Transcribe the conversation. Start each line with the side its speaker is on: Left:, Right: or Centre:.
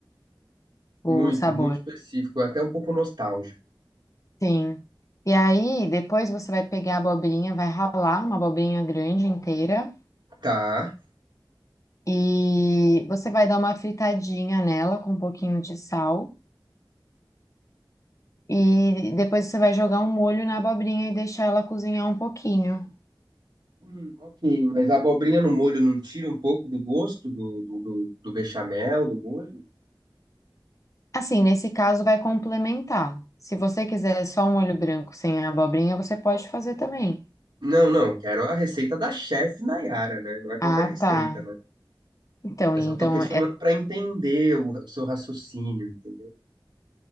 Left: O
Right: Muito,
Left: sabor.
Right: muito específico, até um pouco nostálgico.
Left: Sim. E aí, depois você vai pegar a abobrinha, vai ralar uma abobrinha grande inteira
Right: Tá.
Left: e você vai dar uma fritadinha nela com um pouquinho de sal. E depois você vai jogar um molho na abobrinha e deixar ela cozinhar um pouquinho.
Right: Hum, ok, mas a abobrinha no molho não tira um pouco do gosto do, do, do, do bechamel, do molho?
Left: Assim, nesse caso, vai complementar. Se você quiser só um molho branco sem a abobrinha, você pode fazer também.
Right: Não, não, eu quero a receita da chefe Nayara, né? Não é qualquer
Left: Ah,
Right: receita,
Left: tá.
Right: né?
Left: Então,
Right: Eu
Left: então
Right: só tô questionando pra entender o, o seu raciocínio, entendeu?